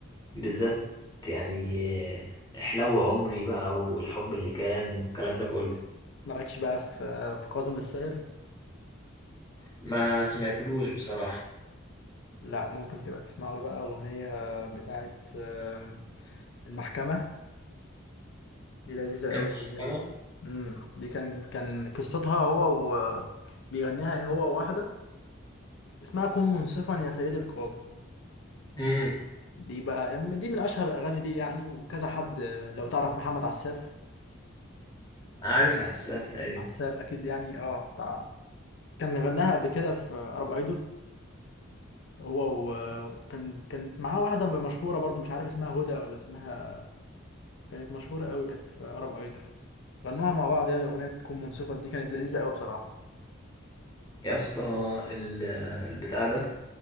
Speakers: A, on the left; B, on the left.
A: بالذات يعني حلو عمري بقى والحب اللي كان والكلام ده كله
B: مالكش بقى في في كاظم الساهر
A: ما سمعتلوش بصراحة
B: لا ممكن تبقى تسمع له بقى اغنيه بتاعت آم، المحكمه دي لذيذه قوي
A: المحكمة
B: الاغنيه دي امم دي كان كان قصتها هو و بيغنيها هو وواحده اسمها كن منصفا يا سيدي القاضي
A: امم
B: دي بقى يعني دي من اشهر الاغاني دي يعني وكذا حد لو تعرف محمد عساف
A: عارف اسف تقريبا
B: عساف اكيد يعني اه بتاع كان غناها قبل كده في عرب ايدول هو و- وكان كانت معاه واحدة مشهورة برضو مش عارف اسمها هدى ولا اسمها كانت مشهورة قوي كانت في عرب ايدول غنوها مع بعض يعني أغنية تكون منصفة دي كانت لذيذة قوي بصراحة
A: يا اسطى ال- البتاع ده